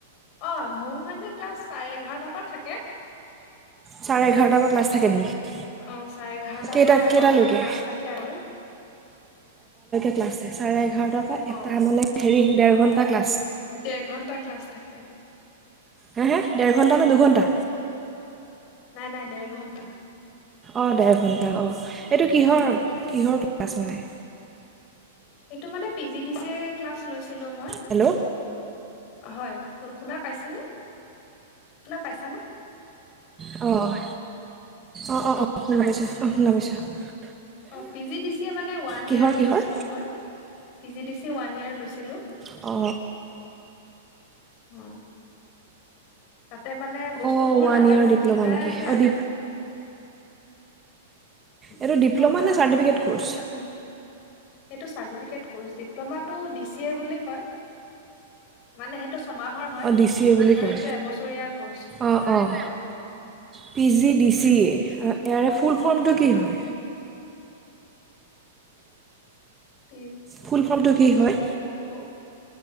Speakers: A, on the left; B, on the right.
A: অ', মোৰ মানে ক্লাছ চাৰে এঘাৰটাৰ পা থাকে
B: চাৰে এঘাৰটাৰ পৰা ক্লাছ থাকে নেকি
A: অ চাৰে এঘাৰটাৰ
B: কেইটা
A: পৰা এটালৈকে
B: কেইটালৈকে
A: ক্লাছ থাকে আৰু
B: ক্লাছে চাৰে এঘাৰ <unintelligible> এটা
A: অ' অ'
B: মানে হেৰি ডেৰ ঘণ্টা ক্লাছ।
A: ডেৰ ঘন্টা ক্লাছ থাকে।
B: হে হে ডেৰ ঘণ্টা নে দুঘণ্টা?
A: নাই নাই দেৰ ঘণ্টা।
B: অ', দেৰ ঘণ্টা অ। এইটো কিহৰ,
A: উম
B: কিহৰ <unintelligible> মানে
A: এইটো মানে P G D C A ৰ ক্লাছ লৈছ লো মই
B: হেল্ল'
A: হয়, শুনা পাইছে নে, শুনা পাইছানে?
B: অ', অ- অ- অ। <unintelligible>
A: অ', পি জি ডি চিয়ে মানে ওৱান
B: কিহৰ
A: ইয়েৰৰ
B: কিহৰ
A: লৈছিলোঁ মই P G D C one year লৈছিলোঁ।
B: অ
A: উ। তাতে মানে বস্তুবোৰ
B: অঁ ওৱান
A: লাহে
B: ইয়েৰ
A: লাহে
B: ডিপ্ল'মা
A: শিকাই
B: নেকি
A: আছে
B: অঁ
A: আৰু
B: ডি এইটো
A: ডিপ্ল'মা
B: নে চাৰ্টিফিকেট ক'ৰ্চ
A: মানে? এইটো চাৰ্তিফিকেত ক'ৰ্চ ডিপ্লমা টো দি সি এ বুলি কয়, মানে সেইটো ছমাহৰ হয়,
B: অঁ ডি চি এ বুলি
A: আৰু
B: কয়
A: এবছৰিয়া ক'ৰ্চ,
B: অঁ
A: অ',
B: অঁ
A: হয়।
B: P G D C A ইয়াৰে ফুল ফৰ্মটো
A: পি জি দি
B: কি
A: চি
B: হয়
A: <unintelligible> পি, পি
B: ফুল ফৰ্মটো
A: জি দি
B: কি
A: চি
B: হয়
A: এ। প